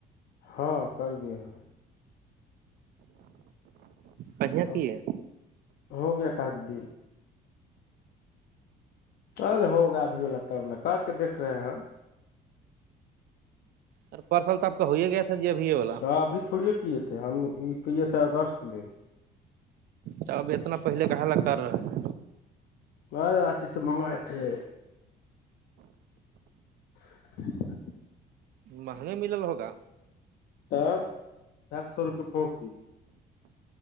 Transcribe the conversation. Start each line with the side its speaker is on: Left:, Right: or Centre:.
Left: ہاں کر دیے ہیں
Right: کہیاں
Left: اب
Right: کی ہے
Left: ہو گیا کاف دن ارے ہوگا ابھی والا تب کر کے دیک رہے ہیں
Right: سر پارسل تو آپ کا ہو ہی گیا تھا جی ابھیے والا
Left: تو ابھی تھوڑی یہ کیے تھے ہم یہ کیے تھے اگست میں
Right: تو اب اتنا پہلے کہ ل کر رہا
Left: بارے راچی سے منگوائے تھے <unintelligible>
Right: مہنگا ملا ہوگا
Left: تب سات سو روپے کافی